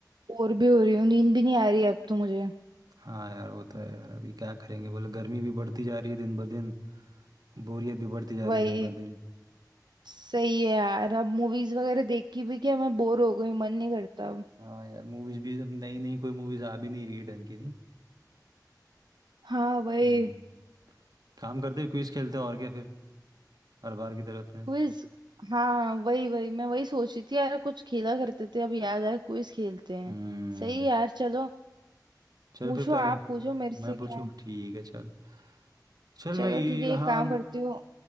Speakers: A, on the right; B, on the right.
A: बोर भी हो रही हूँ नींद भी नहीं आ रही अब तो मुझे
B: हाँ यार वो तो है यार अभी क्या करेंगे बोले गर्मी भी बढ़ती जा रही है दिन भर दिन बोरियत भी बढ़ती जा
A: वही
B: रही है दिन भर दिन
A: सही है यार अब मूवीज वगैरह देख के भी क्या मैं बोर हो गई मन नहीं करता अब
B: हाँ यार मूवीज भी अब नई नई कोई मूवीज आ भी नहीं रही है ढंग की नहीं
A: हाँ
B: हम्म
A: वही
B: काम करते क्विज खेलते हैं और क्या फिर हर बार की तरह अपने
A: क्विज हाँ वही वही मैं वही सोच रही थी यार कुछ खेला करते थे अब याद आया क्विज खेलते हैं
B: हम्म
A: सही है यार चलो
B: चल
A: पूछो
B: फिर पहले
A: आप पूछो मेरे से
B: मैं
A: क्या
B: पूछूं ठीक है चल चल
A: चलो
B: मैं ये
A: ठीक है
B: हाँ
A: एक काम करती हूँ